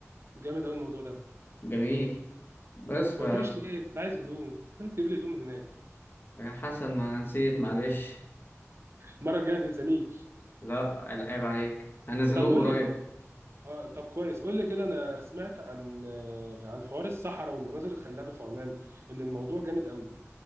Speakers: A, on the right; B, on the left.
A: جامد قوي الموضوع ده
B: جميل بس
A: ما
B: ف
A: قلتليش ليه كنت عايز هدوم كنت تجيب لي هدوم من هناك
B: يا حسن ما نسيت معلش
A: المره الجايه ما تنسانيش
B: لا عيب عليك هنزل
A: طب
B: لهم
A: قول
B: قريب
A: لي اه طب كويس قول لي كده انا سمعت عن آه، عن حوار الصحراء والمناظر الخلابه في عمان ان الموضوع جامد قوي